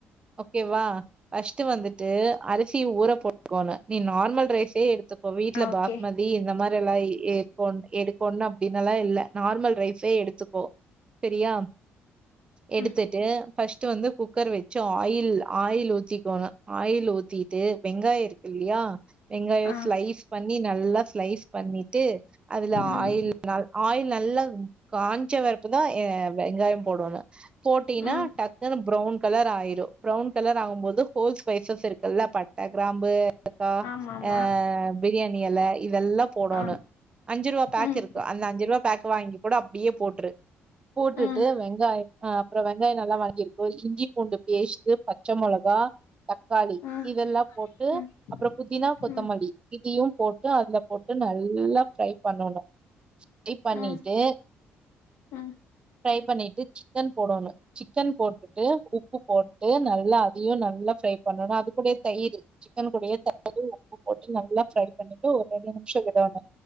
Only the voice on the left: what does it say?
ஆ ஓகே
ம்
ஆ
ம்
ம்
ஆமா ஆமா
ஆ
ம்
ம்
ம்
ம்
ம்
ம் ம்